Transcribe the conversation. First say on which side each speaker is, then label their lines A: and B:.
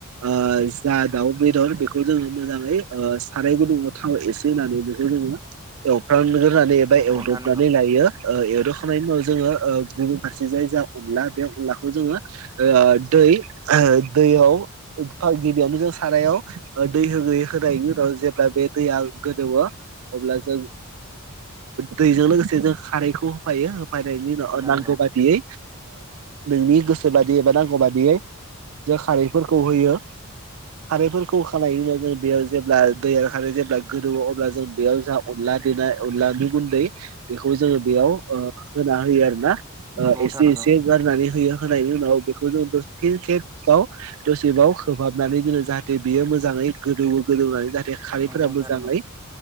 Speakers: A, on the right; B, on the right.
A: जा दाउ बेदर बेखौ जोङो मोजाङै साराय गुदुंङाव थाव एसे होननानै बेखौ जोङो एवफ्रांगोरनानै बा
B: नंगौ
A: एवदबनानै
B: नोंथां
A: लायो एवदबखांनायनि उनाव जोङो गुबुन फारसे जाय जा अनला बे अनलाखौ जोङो दै दैयावफा गिबियावनो जों सारायाव दै होयै होनायनि उनाव जेब्ला बे दैया गोदौवो अब्ला जों दैजों लोगोसे जों खारैखौ होफायो होफायनायनि उनाव नांगौ
B: नंगौ
A: बादियै नोंनि गोसो बादि एबा नांगौ बादियै जों खारैफोरखौ होयो खारैफोरखौ खानायब्ला जों बेयाव जेब्ला दैया खारै जेब्ला गोदौ अब्ला जों बेयाव जा अनला देनाय अनला नि गुन्दै बेखौ जोङो बेयाव होना होयो आरोना
B: नंगौ नोंथां
A: एसे
B: नंगौ
A: एसे गारनानै होयो होनायनि उनाव बेखौ जों दसे खेब्बाव दसेबाव खोबहाबनानै जोनङो जाहाथे बेयो मोजाङै गोदौवो गोदौनानै जाहाथे बे खारैफोरा
B: नंगौ नंगौ नोंथां
A: मोजाङै
B: नंगौ